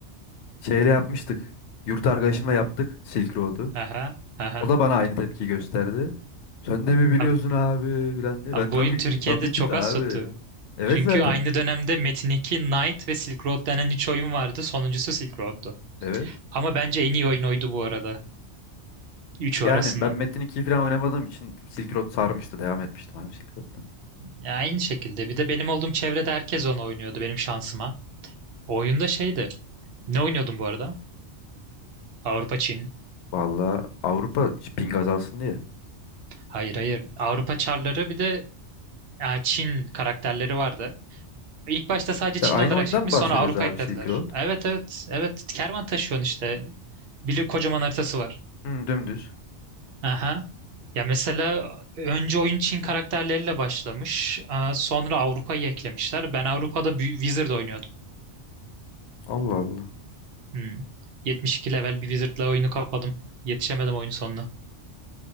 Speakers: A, on the left (about 70°); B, on the right (about 60°).
A: şeyle yapmıştık. Yurt arkadaşımla yaptık Silk Road'u.
B: Aha, aha.
A: O da bana aynı tepki gösterdi. Sen de mi biliyorsun
B: Abi,
A: abi filan diye.
B: abi
A: Ben tabii
B: bu oyun Türkiye'de
A: ki, tabii
B: çok
A: ki de
B: az
A: abi.
B: tuttu.
A: Evet
B: Çünkü
A: zaten.
B: aynı dönemde Metin 2, Knight ve Silk Road denen üç oyun vardı. Sonuncusu Silk Road'tu.
A: Evet.
B: Ama bence en iyi oyun oydu bu arada. Üçü
A: Yani
B: arasından.
A: ben Metin 2'yi falan oynamadığım için Silk Road sarmıştı. Devam etmiştim abi Silk Road'dan.
B: Ya aynı şekilde. Bir de benim olduğum çevrede herkes onu oynuyordu benim şansıma. O oyunda şeydi. Ne oynuyordun bu arada? Avrupa Çin.
A: Valla Avrupa ping azalsın diye.
B: Hayır hayır. Avrupa Çarları bir de e, Çin karakterleri vardı. İlk başta sadece Çin
A: Ya aynı
B: olarak
A: oyundan
B: çıkmış
A: mı bahsediyoruz
B: sonra Avrupa
A: abi
B: eklediler.
A: Silk Road?
B: Evet evet evet. Kervan taşıyorsun işte. Bir kocaman haritası var.
A: Hı, dümdüz.
B: Aha. Ya mesela önce oyun Çin karakterleriyle başlamış. e, Sonra Avrupa'yı eklemişler. Ben Avrupa'da bir Wizard oynuyordum.
A: Allah Allah.
B: Hmm. 72 level bir wizard'la oyunu kapadım. Yetişemedim oyun sonuna.